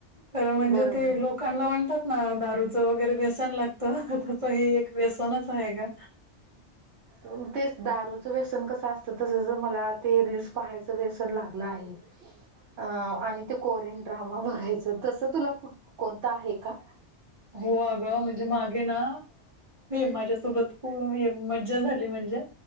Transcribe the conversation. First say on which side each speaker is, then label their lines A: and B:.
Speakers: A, on the right; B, on the right.
A: तर म्हणजे
B: बरोबर
A: ते दखांला म्हणतात ना दारूचं वगैरे व्यसन लागतं त्याच हे एक व्यसनच आहे का.
B: ह ते दारूचं व्यसन कस असतं तस ज मला ते रीलस पहायचं व्यसन लागलं आहे. अ आणि ते कोरियन ड्रामा बघायचं तस तुलाुठ कोणतं आहे का
A: हो अग म्हणजे मागे ना माझ्यासोबत खू मज्जा झाली म्हणजे